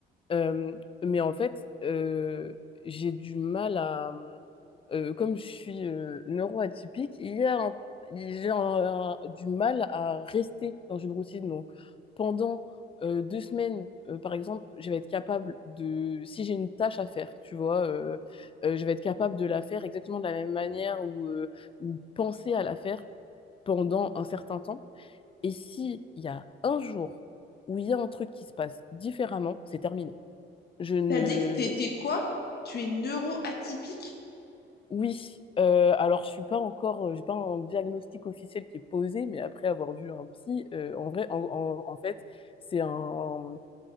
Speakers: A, on the left; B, on the left.
A: Euh, mais en fait, euh, j'ai du mal à... euh, comme je suis euh, neuroatypique, il y a un- j'ai un- du mal à rester dans une routine. Donc, pendant euh, deux semaines, euh, par exemple, je vais être capable de... Si j'ai une tâche à faire, tu vois, euh, euh, je vais être capable de la faire exactement de la même manière ou, euh, ou penser à la faire pendant un certain temps. Et si il y a un jour où il y a un truc qui se passe différemment, c'est terminé. Je ne...
B: T'as dit que t'étais quoi? Tu es neuro atypique
A: Oui, euh, alors je suis pas encore, euh, j'ai pas un diagnostic officiel qui est posé, mais après avoir vu un psy, euh, en vrai, en, en- en fait, c'est un,